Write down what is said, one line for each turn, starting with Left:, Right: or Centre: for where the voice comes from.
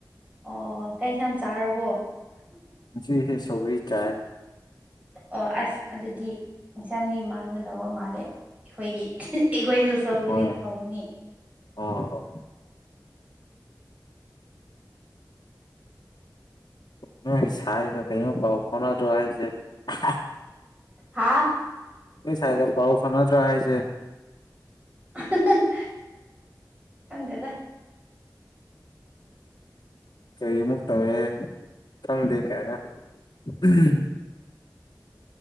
Right: ꯑꯣ ꯀꯩ ꯍꯦꯟꯖꯥꯡ ꯆꯥꯔꯕꯣ
Left: ꯉꯁꯤꯗꯤ ꯁꯧꯒ꯭ꯔꯤ ꯆꯥꯏ
Right: ꯑꯣ ꯑꯁ ꯑꯗꯨꯗꯤ ꯏꯟꯁꯥꯡꯗꯤ ꯃꯥꯟꯅꯗꯧꯕ ꯃꯥꯜꯂꯦ ꯑꯩꯈꯣꯏꯒꯤ ꯑꯍꯤ ꯑꯌꯨꯛ ꯑꯩꯈꯣꯏꯁꯨ ꯁꯧꯒ꯭ꯔꯤ
Left: ꯍꯣꯏ
Right: ꯊꯣꯡꯉꯦ
Left: ꯑꯣ ꯅꯣꯏꯒꯤ ꯁꯥꯏꯒ ꯀꯩꯅꯣ ꯄꯥꯎ ꯐꯥꯎꯅꯗ꯭ꯔꯣ ꯍꯥꯏꯁꯦ ꯑꯍꯥ
Right: ꯍꯥꯥ
Left: ꯅꯣꯏ ꯁꯥꯏꯒ ꯄꯥꯎ ꯐꯥꯎꯅꯗ꯭ꯔꯣ ꯍꯥꯏꯁꯦ
Right: ꯑꯍꯪ ꯍꯪ ꯈꯪꯗꯦꯗ
Left: ꯀꯔꯤ ꯃꯨꯛ ꯇꯧꯋꯦ ꯈꯪꯗꯦ ꯀꯥꯏꯅ ꯎꯝ